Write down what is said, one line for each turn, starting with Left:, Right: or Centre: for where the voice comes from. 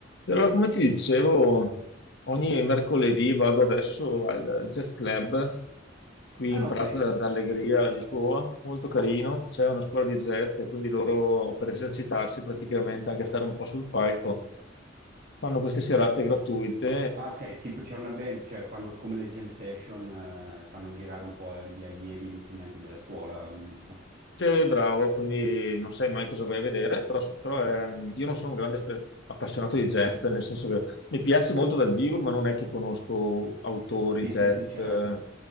Left: Allora, come ti dicevo, ogni mercoledì vado adesso al Jazz Club qui
Right: Ah,
Left: in Praza
Right: ok.
Left: d'Allegria a Lisboa, molto carino, c'è una scuola di jazz e quindi loro per esercitarsi praticamente, anche stare un po' sul palco, fanno queste serate
Right: Cioè-
Left: gratuite
Right: ah, ok, tipo c'è una band, cioè fanno come le jam session, eh, fanno girare un po' gli allievi e gli insegnanti della scuola di musica.
Left: Sì, bravo, quindi non sai mai cosa vai a vedere, però, però, ehm, io non sono un grande spe- appassionato di jazz, nel senso che mi piace molto dal vivo, ma non è che conosco autori
Right: Sì,
Left: jazz,
Right: sì, sì, certo,
Left: eh,